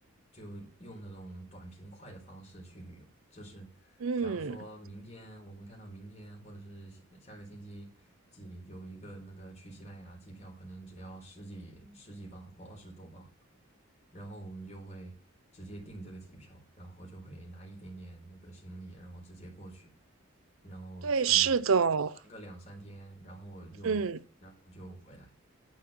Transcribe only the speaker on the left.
就用那种短平快的方式去旅游。就是假如说明天我们看到明天或者是下下个星期几有一个那个去西班牙机票，
可能只要十几十几磅或二十多磅，然后我们就会直接订这个机票，然后就会拿一点点那个行李，然后直接过去。然后去
玩个两三天，然后又然后就回来。